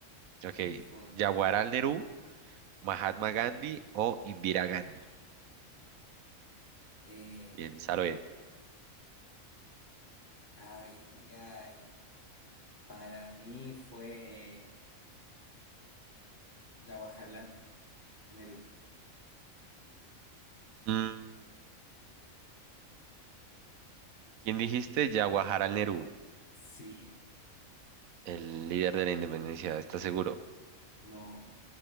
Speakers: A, on the right; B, on the left.
A: ok,
B: Sudáfrica.
A: Jawaharlal Nehru, Mahatma Gandhi o Indira Gandhi.
B: Eh,
A: Piénsalo bien.
B: ay, ay, ay. Para mí fue Jawaharlal Nehru.
A: Mm, ¿Quién dijiste? Jawaharlal Nehru,
B: Sí,
A: el líder de la independencia, ¿estás seguro?
B: no.